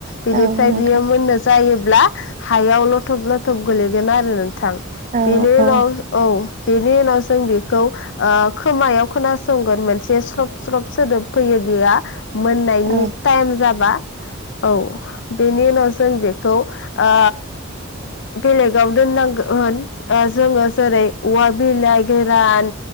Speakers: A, on the left; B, on the right.
A: बिनिफ्राय
B: औ नोंथां
A: बियो मोननो जायो ब्ला हायाव लथब लथब गोलैगोन आरो थां
B: औ
A: बेनि उनाव
B: औ
A: औ बेनि उनाव जों बेखौ ओ खोमायाव खोनासंगोन मोनसे स्रब स्रब सोदोब फैयो बेयो मोननायनि
B: औ
A: टाइम जाबा औ बेनि न जों बेखौ ओ बेलेगाव दोननांगोन होन ओ जोङो जेरै औवा बिलाइ गोरान